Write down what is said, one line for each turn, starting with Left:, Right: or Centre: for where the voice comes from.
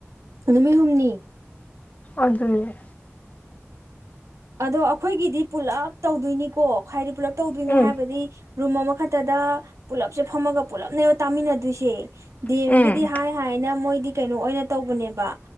Right: ꯅꯨꯃꯤꯠ ꯍꯨꯝꯅꯤ
Left: ꯑꯗꯨꯅꯦ
Right: ꯑꯗꯣ ꯑꯩꯈꯣꯏꯒꯤꯗꯤ ꯄꯨꯂꯞ ꯇꯧꯗꯣꯏꯅꯤꯀꯣ ꯍꯥꯏꯗꯤ ꯄꯨꯂꯞ ꯇꯧꯗꯣꯏꯅꯤ
Left: ꯎꯝ
Right: ꯍꯥꯏꯕꯗꯤ ꯔꯨꯝ ꯑꯃꯈꯛꯇꯗ ꯄꯨꯂꯞꯁꯦ ꯐꯝꯃꯒ ꯄꯨꯜꯂꯞꯅꯦꯕ ꯇꯥꯃꯤꯟꯅꯗꯣꯏꯁꯦ ꯗꯤꯑꯦꯝꯒꯤꯗꯤ
Left: ꯎꯝ
Right: ꯍꯥꯏ ꯍꯥꯏꯅ ꯃꯣꯏ ꯀꯩꯅꯣ ꯑꯣꯏꯅ ꯇꯧꯕꯅꯦꯕ